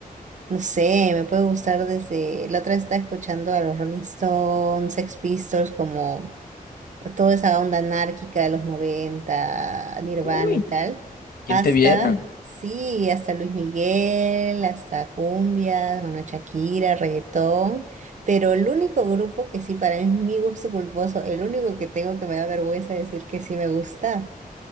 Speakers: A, on the right; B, on the left.
A: no sé, me puede gustar desde, la otra vez estaba escuchando a los Rolling Stones, Sex Pistols, como toda esa onda anárquica de los 90 Nirvana
B: Uy,
A: y tal,
B: ¿quién
A: hasta,
B: te viera?
A: sí, hasta Luis Miguel, hasta cumbia, bueno, Shakira, reggaetón, pero el único grupo que sí para mí es mi gusto culposo, el único que tengo que me da vergüenza decir que sí me gusta,